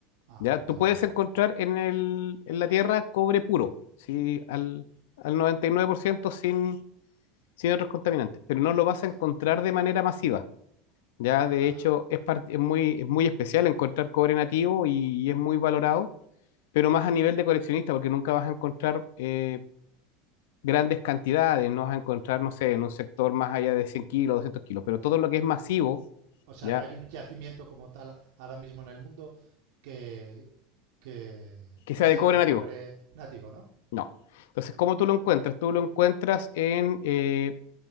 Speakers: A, on the right; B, on the left.
A: Ah,
B: ¿Ya? Tú
A: vale,
B: puedes
A: vale.
B: encontrar en el, en la tierra cobre puro, sí, al, al 99% sin, sin otros contaminantes, pero no lo vas
A: Sí,
B: a encontrar de manera masiva. Ya, de
A: ajá.
B: hecho, es, par- es muy, es muy especial encontrar cobre nativo y es muy valorado pero más a nivel de coleccionista, porque nunca vas a encontrar eh, grandes cantidades, no vas a encontrar, no sé, en un sector más allá de 100 kilos, 200 kilos, pero todo lo que es masivo,
A: O sea,
B: ¿ya?
A: no hay un yacimiento como tal ahora mismo en el mundo que, que,
B: Que
A: que
B: sea
A: saque
B: de cobre nativo,
A: cobre nativo, ¿no?
B: no. Entonces, ¿cómo tú lo encuentras? Tú lo encuentras en, eh,